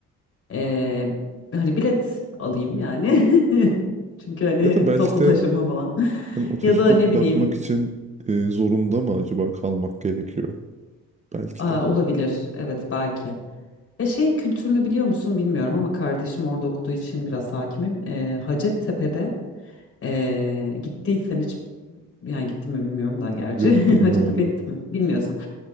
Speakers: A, on the left; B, on the right.
A: Ee, hani bilet alayım yani. <laughs> Çünkü hani
B: Ya da belki
A: toplu
B: de
A: taşıma falan. <laughs>
B: hani otostop
A: Ya da ne bileyim
B: yapmak için e, zorunda mı acaba kalmak gerekiyor? Belki
A: e, olabilir.
B: de.
A: Evet belki. Ya şey kültürünü biliyor musun bilmiyorum ama kardeşim orada okuduğu için biraz hakimim. Ee, Hacettepe'de ee, gittiysen hiç yani gittin mi bilmiyorum da gerçi
B: Yok
A: <laughs>
B: bilmiyorum.
A: Hacettepe'ye gittin mi bilmiyorsun.